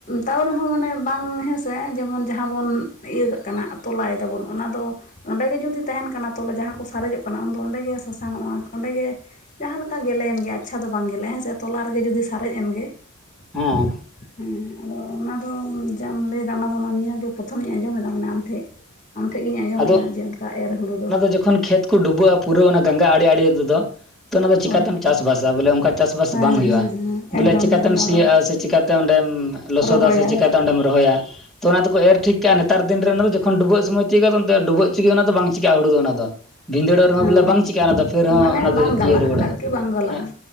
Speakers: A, on the left (about 35°); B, in the centre.
A: ᱛᱟᱣ ᱨᱮᱦᱚᱸ ᱢᱟᱱᱮ ᱵᱟᱝ ᱦᱮᱸᱥᱮ ᱡᱮᱢᱚᱱ ᱡᱟᱦᱟᱸ ᱵᱚᱱ ᱤᱭᱟᱹ ᱠᱟᱜ, ᱠᱟᱱᱟ ᱛᱚᱞᱟᱭ ᱫᱟᱵᱚᱱ ᱚᱱᱟ ᱫᱚ ᱚᱸᱰᱮᱜᱮ ᱡᱩᱫᱤ ᱛᱟᱦᱮᱸᱱ ᱠᱟᱱᱟ ᱛᱚᱞᱮ ᱡᱟᱦᱟᱸ ᱠᱚ ᱥᱟᱨᱮᱡᱚᱜ ᱠᱟᱱᱟ ᱩᱱᱫᱚ ᱚᱸᱰᱮᱜᱮ ᱥᱟᱥᱟᱝ ᱚᱜᱼᱟ ᱚᱸᱰᱮ ᱜᱮ ᱡᱟᱦᱟᱸ ᱞᱮᱠᱟ ᱜᱮᱞᱮ ᱭᱮᱱ ᱜᱮ ᱟᱪᱪᱷᱟ ᱫᱚ ᱵᱟᱝ ᱜᱮᱞᱮᱜ ᱦᱮᱸᱥᱮ ᱛᱚᱞᱟ ᱨᱮᱜᱮ ᱡᱩᱫᱤ ᱥᱟᱨᱮᱡ ᱮᱱ ᱜᱮ,
B: ᱦᱚᱸ᱾
A: ᱦᱮᱸ ᱟᱫᱚ ᱚᱱᱟ ᱫᱚ ᱡᱟᱢ ᱞᱟᱹᱭᱫᱟ ᱚᱱᱟ ᱫᱚ ᱱᱤᱭᱟᱹᱜᱮ ᱯᱨᱚᱛᱚᱢᱤᱧ ᱟᱸᱡᱚᱢᱮᱫᱟ ᱢᱟᱱᱮ ᱟᱢ ᱴᱷᱮᱡ᱾ ᱟᱢ ᱴᱷᱮᱡ ᱜᱤᱧ ᱟᱸᱡᱚᱢᱮᱜᱼᱟ
B: ᱟᱫᱚ
A: ᱡᱮ ᱚᱱᱠᱟ ᱮᱨ ᱦᱩᱲᱩ ᱫᱚ
B: ᱡᱚᱠᱷᱚᱱ ᱠᱷᱮᱛ ᱠᱚ ᱰᱩᱵᱟᱹᱜᱼᱟ ᱯᱩᱨᱟᱹ ᱚᱱᱟ ᱜᱚᱝᱜᱟ ᱟᱲᱮ ᱟᱲᱮ ᱛᱮᱫᱚ, ᱛᱚ ᱚᱱᱟ ᱫᱚ ᱪᱤᱠᱟᱛᱮᱢ
A: ᱦᱳᱭ ᱦᱳᱭ
B: ᱪᱟᱥᱵᱟᱥᱟ ᱵᱚᱞᱮ ᱚᱱᱠᱟ ᱪᱟᱥᱵᱟᱥ
A: ᱦᱮᱸ
B: ᱵᱟᱝ ᱦᱩᱭᱩᱜᱼᱟ,
A: ᱦᱮᱸ ᱦᱮᱸ
B: ᱵᱚᱞᱮ
A: ᱮᱠᱫᱚᱢ
B: ᱪᱤᱠᱟᱛᱮᱢ
A: ᱜᱮ ᱚᱱᱟ
B: ᱥᱤᱭᱳᱜᱼᱟ
A: ᱫᱚ
B: ᱥᱮ ᱪᱮᱠᱟᱛᱮ ᱚᱸᱰᱮᱢ ᱞᱚᱥᱚᱫᱟ
A: ᱨᱚᱦᱚᱭᱟ
B: ᱥᱮ ᱪᱮᱠᱟᱛᱮ ᱚᱸᱰᱮᱢ ᱨᱚᱦᱚᱭᱟ, ᱛᱚ ᱚᱱᱟ ᱫᱚᱠᱚ ᱮᱨ ᱴᱷᱤᱠ ᱠᱟᱜᱼᱟ ᱱᱮᱛᱟᱨ ᱫᱤᱱ ᱨᱮ ᱚᱱᱟ ᱡᱚᱠᱷᱚᱱ ᱰᱩᱵᱟᱹᱜ ᱥᱚᱢᱚᱭ ᱛᱤᱭᱚᱜᱚᱜᱼᱟ ᱟᱫᱚ ᱩᱱᱛᱮ ᱰᱩᱵᱟᱹᱜ ᱪᱤᱠᱟ ᱚᱱᱟ ᱫᱚ ᱵᱟᱝ ᱪᱤᱠᱟᱹᱜᱼᱟ ᱦᱩᱲᱩ ᱫᱚ ᱚᱱᱟ ᱫᱚ᱾ ᱵᱷᱤᱸᱤᱫᱟᱹᱲᱚᱜ ᱨᱮᱦᱚᱸ
A: ᱦᱮᱸ
B: ᱵᱚᱞᱮ ᱵᱟᱝ ᱪᱤᱠᱟᱹᱜᱼᱟ ᱚᱱᱟᱫᱚ ᱯᱷᱤᱨ ᱨᱮᱦᱚᱸ
A: ᱢᱟᱱᱮ
B: ᱚᱱᱟ ᱫᱚ
A: ᱵᱟᱝ ᱜᱟᱞᱟᱜᱼᱟ
B: ᱤᱭᱟᱹ ᱨᱩᱣᱟᱹᱲᱟ
A: ᱟᱨᱠᱤ ᱵᱟᱝ ᱜᱟᱞᱟᱜᱼᱟ
B: ᱦᱮᱸᱜ᱾